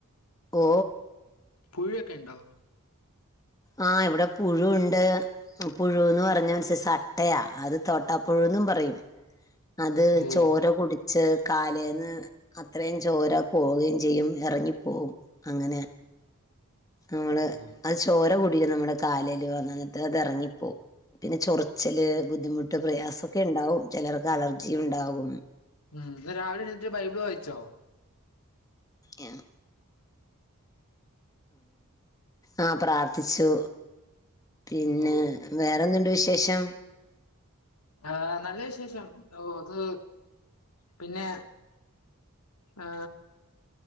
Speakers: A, on the left; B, on the left.
A: ഓ.
B: പുഴുയൊക്കെ ഉണ്ടോ?
A: ആ, ഇവിടെ പുഴു ഉണ്ട്. പുഴുന്ന് പറഞ്ഞ അനുസരിച്ച് അട്ടയാ അത് തോട്ടാപ്പുഴുന്നും പറയും. അത്
B: ഓ
A: ചോര കുടിച്ച്. കാലേന്ന് അത്രയും ചോര പോവുകയും ചെയ്യും. ഇറങ്ങിപ്പോകും അങ്ങനെ- നമ്മള്
B: ഓ
A: അത് ചോര കൂടിക്കും. നമ്മുടെ കാലിൽ വന്നന്നിട്ട് അത് ഇറങ്ങിപ്പോവും. പിന്നെ ചൊറ് ച്ചില് ബുദ്ധിമുട്ട് പ്രയാസമൊക്കെ ഉണ്ടാവും. ചിലർക്ക് അലർജി ഉണ്ടാവും.
B: ഉം. രാവിലെ എണീറ്റ് ബൈബിൾ വായിച്ചോ?
A: എ <inaudible> ആ പ്രാർത്ഥിച്ചു. പിന്നെ
B: ഓ
A: വേറെ എന്തുണ്ട് വിശേഷം.
B: ആ നല്ല വിശേഷം ഓ അത് പിന്നെ ആ.